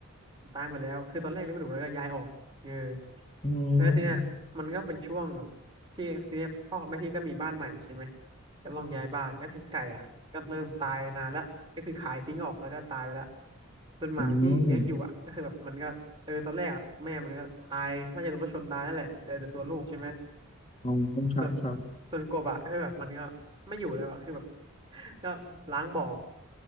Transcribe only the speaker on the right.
ตายหมดแล้วคือตอนแรกเลี้ยงไม่ดุแล้วก็ย้ายออกเออ
แล้วทีเนี้ยมันก็เป็นช่วงแบบที่ทีเนี้ยพ่อกับแม่พี่ก็มีบ้านใหม่ใช่ไหมก็ลองย้ายบ้านก็คือไก่อ่ะก็เริ่มตายนานแล้วก็คือขายทิ้งออกแล้วก็ตายไปแล้วส่วนหมาที่เลี้ยงอยู่อ่ะก็คือแบบมันก็เออตอนแรกอ่ะแม่มันก็ตายน่าจะโดนรถชนตายนั่นแหละเหลือแต่ตัวลูกใช่ไหม
ส่วนส่วนโกบะคือแบบมันก็ไม่อยู่แล้วอะคือแบบ <laughs> ก็ล้างบ่อ